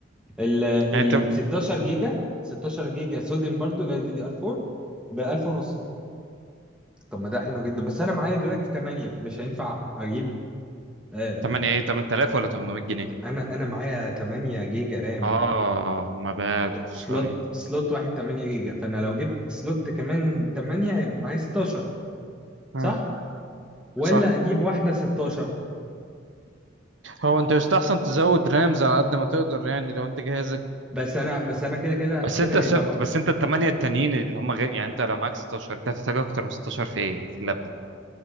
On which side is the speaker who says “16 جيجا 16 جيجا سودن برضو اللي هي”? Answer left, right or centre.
Centre